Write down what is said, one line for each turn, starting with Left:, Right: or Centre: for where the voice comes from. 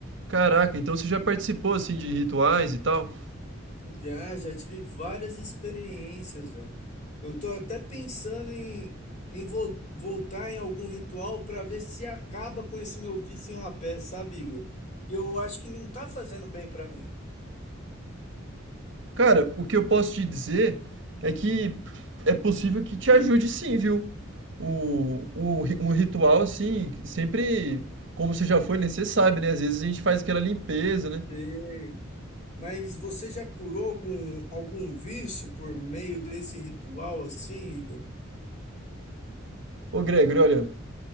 Right: Caraca, então você já participou assim de rituais e tal?
Left: Já, já tive várias experiências, velho. Eu tô até pensando em, em vol- voltar em algum ritual pra ver se acaba com esse meu vício em rapé, sabe, Igor? Que eu acho que não tá fazendo bem pra mim.
Right: Cara, o que eu posso te dizer é que é possível que te ajude sim, viu? O, o, ri- um ritual, assim, sempre, como você já foi, né? Você sabe, né? Às vezes a gente faz aquela limpeza, né?
Left: Sei. Mas você já curou algum, algum vício por meio desse ritual assim, Igor?
Right: Ô, Gregory, olha,